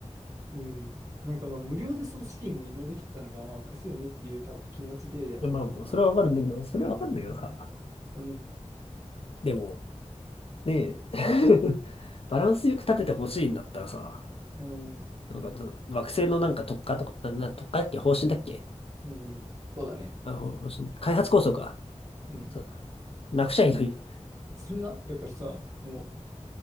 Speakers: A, on the right; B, on the left.
A: うん。なんかまあ無料でその資金を移動できてたのがあおかしいよねっていう多分気持ちでやってんだろうな。
B: な。まあ、もうそれはわかるんだけど、それはわかるんだけどさ。
A: うん。うん。
B: でも、ねえ、<laughs> バランスよく立ててほしいんだったらさ、
A: うん。
B: なんか惑星のなんか特化とか、な、な、特化だっけ方針だっけ
A: うん。そうだね。
B: あ、ほほし開発構想か。
A: うん。
B: そう、なくちゃいいのに。
A: そな、だからさ、もう、